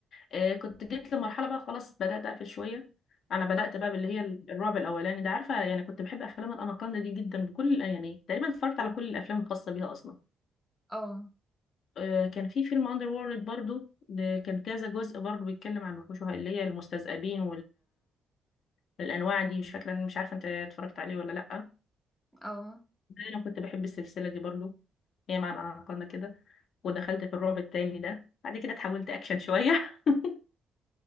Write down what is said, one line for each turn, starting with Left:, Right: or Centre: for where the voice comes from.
Left: آه كنت جيت لمرحله بقى خلاص بدات اقفل شويه انا بدات
Centre: اه
Left: بقى باللي هي الرعب الاولاني ده عارفه يعني كنت بحب افلام الاناكوندا دي جدا بكل يعني تقريبا اتفرجت على كل الافلام الخاصه بيها اصلا
Centre: اه
Left: آه كان في فيلم اندر وورلد برضه ده كان كذا جزء برضه بيتكلم عن الوحوش وه- اللي هي المستذئبين والانواع دي مش فاكره مش عارفه انت اتفرجت عليه ولا لا
Centre: اه
Left: انا كنت بحب السلسله دي برضه هي مع الاناكوندا كده ودخلت في الرعب التاني ده بعد كده اتحولت اكشن شويه <laughs>